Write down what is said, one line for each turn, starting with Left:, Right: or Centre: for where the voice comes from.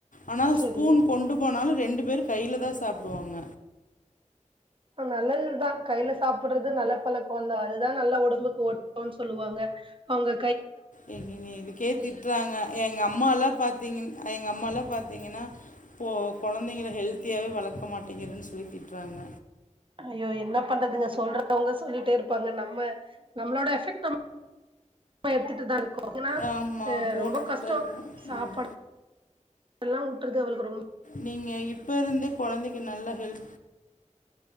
Left: ஆனா
Right: செரி
Left: ஸ்பூன் கொண்டு போனாலு ரெண்டு பேரு கையில தா சாப்டுவாங்க
Right: நல்லதுதா கையில சாப்புடுறது நல்ல பழக்கோந்தா அதுதா நல்லா ஒடம்புக்கு ஒட்டுன்னு சொல்லுவாங்க உங்க
Left: ஏங்க எங்க இதுக்கே திட்றாங்க எங்க அம்மால்லா பாத்தீங்கின் எங் க அம்மால்லா பாத்தீங்கன்னா இப்போ கொழந்தைங்கள ஹெல்த்தியாவே வளக்க மாட்டேங்கிறேன் சொல்லி திட்றாங்க
Right: ஐயோ என்ன பண்றதுங்க சொல்றவங்க சொல்லிட்டே இருப் பாங்க நம்ம நம்மளோட எஃபெக்ட் நம் ம எடுத்துட்டு தா இருக்கோ ஏன்னா
Left: ஆமா போட்டுட்டுதா
Right: ரொம்ப கஷ்டோ
Left: இருக்கோ
Right: சாப்பா
Left: ம்
Right: எல்லா ஊட்றது அவளுக்கு ரொம்
Left: நீங்க இப்ப இருந்தே கொழந்தைக்கு நல்ல ஹெல்